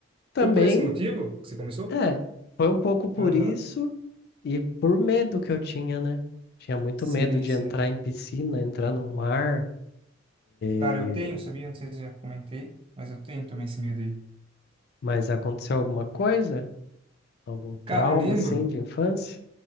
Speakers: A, on the left; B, on the right.
A: também,
B: Foi por esse motivo que você começou?
A: é, foi um pouco por
B: Aham.
A: isso e por medo que eu tinha, né? Tinha muito
B: Sei,
A: medo de
B: sei.
A: entrar em piscina, entrar no mar,
B: Cara,
A: eh,
B: eu tenho, sabia? Não sei se eu já comentei, mas eu tenho também esse medo aí.
A: mas aconteceu alguma coisa? Algum
B: Cara,
A: trauma,
B: eu lembro,
A: assim, de infância?